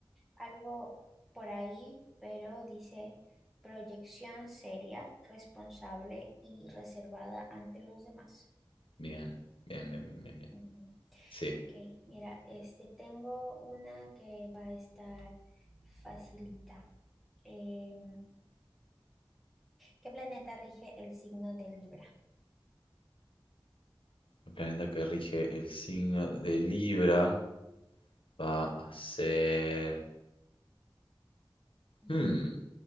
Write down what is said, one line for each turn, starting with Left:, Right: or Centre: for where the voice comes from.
Centre: algo por ahí, pero dice proyección seria, responsable y reservada ante los demás.
Left: Bien, bien, bien, bien, bien. bien.
Centre: Ujú.
Left: Sí.
Centre: Ok, mira, este tengo una que va a estar facilita. Em, ¿qué planeta rige el signo de Libra?
Left: El planeta que rige el signo de Libra va a ser.
Centre: Ujú.
Left: Hmm,